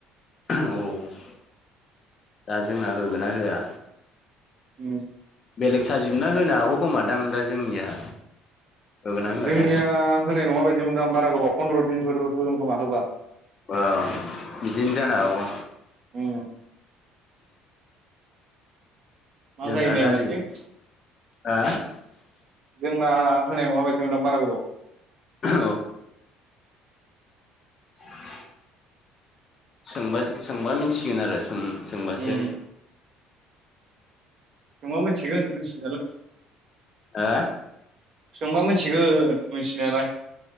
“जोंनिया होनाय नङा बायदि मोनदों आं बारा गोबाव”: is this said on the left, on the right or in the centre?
Right